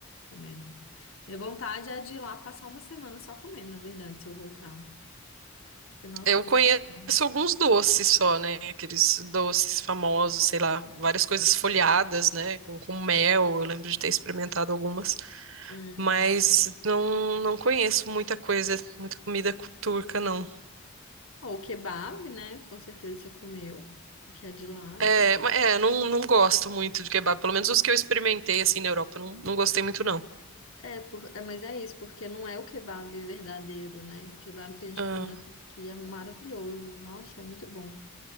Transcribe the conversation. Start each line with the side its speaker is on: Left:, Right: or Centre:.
Left: comendo. Minha vontade é de ir lá passar uma semana só comendo, na verdade, se eu voltar. Porque, nossa,
Right: Eu
Left: é muito
Right: conheço
Left: bom.
Right: alguns doces só, né? Aqueles doces famosos, sei lá, várias coisas folhadas, né? Com, com mel. Eu lembro de ter experimentado algumas.
Left: É.
Right: Mas não, não conheço muita coisa, muita comida cu- turca, não.
Left: Ó, o kebab, né? Com certeza você comeu, que é de lá, né?
Right: É, ma- é não, não gosto muito de kebab. Pelo menos os que eu experimentei, assim, na Europa, eu não, não gostei muito, não.
Left: É, por... é, mas é isso, porque não é o kebab verdadeiro, né? O kebab que a gente
Right: Ah,
Left: come na Turquia é maravilhoso. Nossa, é muito bom.